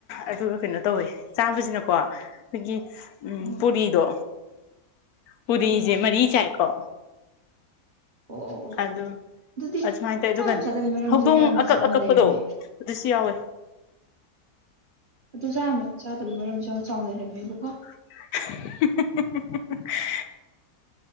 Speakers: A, on the left; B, on the right.
A: ꯑꯗꯨꯒ ꯀꯩꯅꯣ ꯇꯧꯋꯦ ꯆꯥꯕꯁꯤꯅꯀꯣ ꯑꯩꯈꯣꯏꯒꯤ
B: ꯎꯝ
A: ꯄꯨꯔꯤꯗꯣ ꯄꯨꯔꯤꯁꯦ
B: ꯎꯝ
A: ꯃꯔꯤ ꯆꯥꯏꯀꯣ
B: ꯑꯣ ꯑꯣ ꯑꯣ
A: ꯑ
B: ꯑꯗꯨꯗꯤ
A: ꯑꯗꯨꯁꯨꯃꯥꯏꯅ ꯇꯧꯋ
B: ꯆꯥꯛ
A: ꯑꯗꯨꯒ
B: ꯌꯥꯝ ꯆꯥꯗꯕꯩ ꯃꯔꯝꯁꯦ
A: ꯍꯧꯗꯣꯡ
B: ꯌꯥꯝ
A: ꯑꯀꯛ
B: ꯆꯥꯎꯅ
A: ꯑꯀꯛꯄꯗꯣ
B: ꯂꯩꯔꯝꯃꯦ
A: ꯁꯤ ꯌꯥꯣꯏ
B: ꯑꯗꯨ ꯆꯥ ꯆꯥꯗꯕꯕꯤ ꯃꯔꯝꯁꯨ ꯌꯥꯝ ꯆꯥꯎꯅꯔꯝꯃꯦꯣꯏꯕꯀꯣ
A: <inaudible> <inaudible>